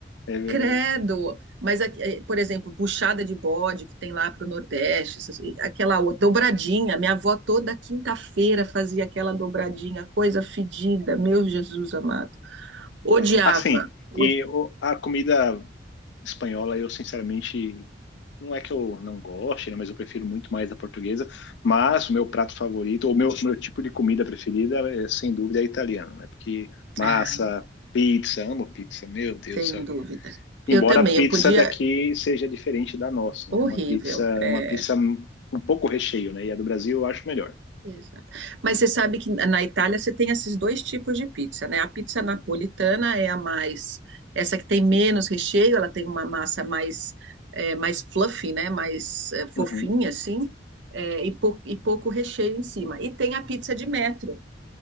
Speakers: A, on the left; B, on the right.
A: É verdade.
B: Credo! Mas, aqui, eh, por exemplo, buchada de bode que tem lá para o Nordeste, essas- aquela o- dobradinha. Minha avó toda quinta-feira fazia aquela dobradinha, coisa fedida, meu Jesus amado. Odiava.
A: Assim,
B: Odi-
A: e o- a comida espanhola, eu sinceramente, não é que eu não goste, né, mas eu prefiro muito mais a portuguesa. Mas o meu prato favorito, ou meu, meu tipo de comida preferida, é, sem dúvida, é italiano, né? Porque massa,
B: Ah,
A: pizza, amo pizza, meu Deus
B: sem
A: do céu.
B: dúvida.
A: Embora
B: Eu também,
A: a pizza
B: eu podia.
A: daqui seja diferente da nossa,
B: Horrível.
A: né? Uma pizza,
B: é.
A: uma pizza um pouco recheio, né? E a do Brasil eu acho melhor.
B: Exato. Mas você sabe que na Itália você tem esses dois tipos de pizza, né? A pizza napolitana é a mais, essa que tem menos recheio, ela tem uma massa mais, é, mais fluffy, né? Mais é, fofinha,
A: Uhum.
B: assim, é, e, pou- e pouco recheio em cima. E tem a pizza de metro,